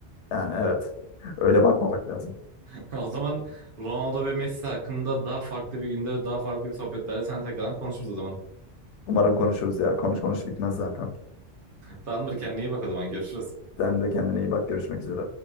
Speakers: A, on the left; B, on the right.
A: Yani evet. Öyle bakmamak lazım.
B: <laughs> O zaman Ronaldo ve Messi hakkında daha farklı bir günde daha farklı bir sohbetlerle sen tekrardan konuşuruz o zaman.
A: Umarım konuşuruz ya. Konuş konuş bitmez zaten.
B: Tamamdır kendine iyi bak o zaman görüşürüz.
A: Sen de kendine iyi bak. Görüşmek üzere.